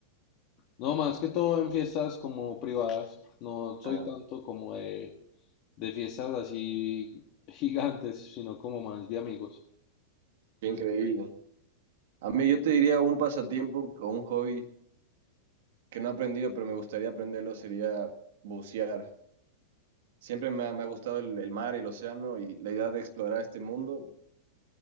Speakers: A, on the left; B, on the right.
A: No, más que todo en fiestas como privadas, no soy
B: Ah,
A: tanto como de, de fiestas así <laughs> gigantes, sino como más de amigos.
B: qué increíble. A mí yo te diría un pasatiempo o un hobby que no he aprendido, pero me gustaría aprenderlo, sería bucear. Siempre me ha, me ha gustado el, el mar y el océano y la idea de explorar este mundo.